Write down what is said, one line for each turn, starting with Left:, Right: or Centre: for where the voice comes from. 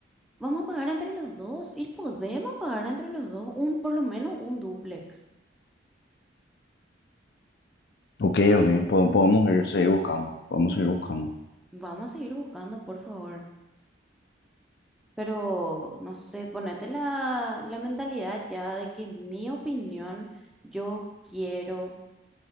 Centre: Vamos a pagar entre los dos y podemos pagar entre los dos un, por lo menos un dúplex.
Left: Ok, ok, pod- podemos ir, seguir buscando. Podemos seguir buscando.
Centre: Vamos a seguir buscando, por favor. Pero, no sé, ponete la, la mentalidad ya de que mi opinión, yo quiero